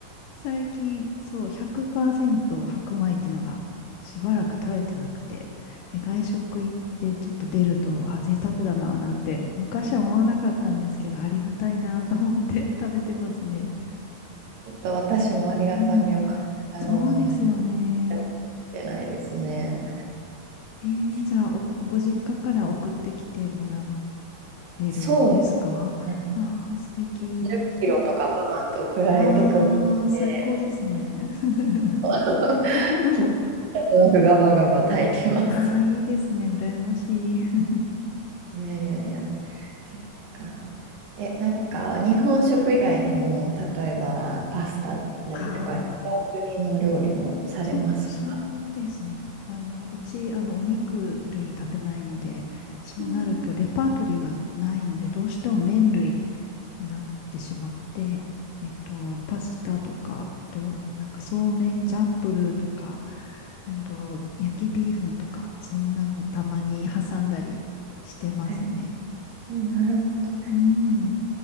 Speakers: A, on the left; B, on the right.
A: 最近、そう、100%白米っていうのがしばらく食べてなくて、で、外食行ってちょっと出ると、あ、贅沢だな、なんて、昔は思わなかったんですけど、ありがたいなと思って <laughs> 食べてますね。
B: ちょっと私もありがたみを感じながらもやっ
A: うん、そうですよね。
B: てないけないですね。
A: えー、
B: そう、
A: じゃあお、ご実家から送ってきてもらえるんですかああー、
B: そうですね。
A: 素敵。
B: 10キロとかバーンと送られてくるので、
A: ああ、最高ですね。<laughs>
B: <laughs>
A: <laughs>
B: 気になとなくガバガバ炊いてます。
A: ああ、いいですね。羨ましい。<laughs>
B: いやいやいや、そっか。え、なんか日本食以外にも、例えばパスタだったりとか、
A: ああ、
B: 違う国の料理もされますか
A: そう、そうですね。あの、うち、あの、お肉類食べないので、そうなると、
B: うん
A: レパートリーがないので、どうしても麺類になってしまって、えっと、パスタとか、あと、なんか、そうめんチャンプルーとか、えっと、焼きビーフンとか、そんなのたまに挟んだりしてますね。
B: えなるほど。
A: うん。